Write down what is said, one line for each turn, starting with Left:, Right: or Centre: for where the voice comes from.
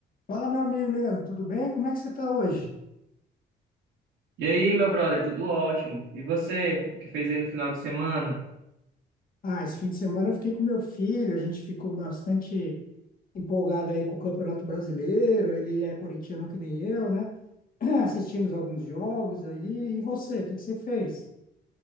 Left: Fala, meu amigo Leandro, tudo bem? Como é que você está hoje?
Right: E aí, meu brother, tudo ótimo. E você, o que fez aí no final de semana?
Left: Ah, esse fim de semana eu fiquei com meu filho, a gente ficou bastante empolgado aí com o Campeonato Brasileiro, ele é corintiano que nem eu, né? <clears throat> Assistimos alguns jogos aí, e você, o que que você fez?